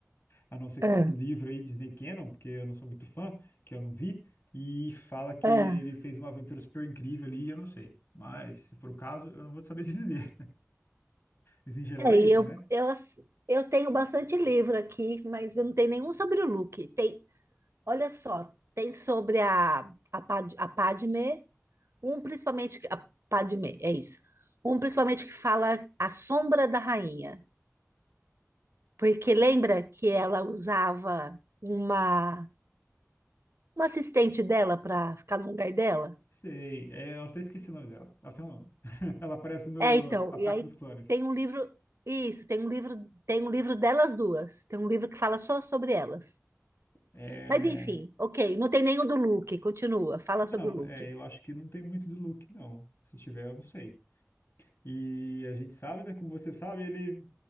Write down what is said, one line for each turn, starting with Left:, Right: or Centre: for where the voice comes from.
Left: A não ser que
Right: É,
Left: tenha um livro aí, Disney Canon, porque eu não sou muito fã, que eu não vi, e fala que
Right: é.
Left: ele fez uma aventura super incrível ali, eu não sei. Mas, se for o caso, eu não vou saber <laughs> dizer. Mas, em geral,
Right: É,
Left: é
Right: e
Left: isso,
Right: eu,
Left: né?
Right: eu, ass- eu tenho bastante livro aqui, mas eu não tenho nenhum sobre o Luke. Tem, olha só, tem sobre a, a, Pad, a Padmé, um principalmente, a Padmé, é isso. Um principalmente que fala A Sombra da Rainha. Porque lembra que ela usava uma, uma assistente dela para ficar no lugar dela?
Left: Sei, é, eu até esqueci o nome dela. Ela tem um nome. <laughs> Ela aparece no
Right: É, então,
Left: Ataque
Right: e aí
Left: dos Clones.
Right: tem um livro, isso, tem um livro, tem um livro delas duas. Tem um livro que fala só sobre elas.
Left: É...
Right: Mas enfim, ok, não tem nenhum do Luke, continua, fala
Left: Não,
Right: sobre o Luke.
Left: é, eu acho que não tem muito do Luke, não. Se tiver, eu não sei. E a gente sabe, né? Como você sabe, ele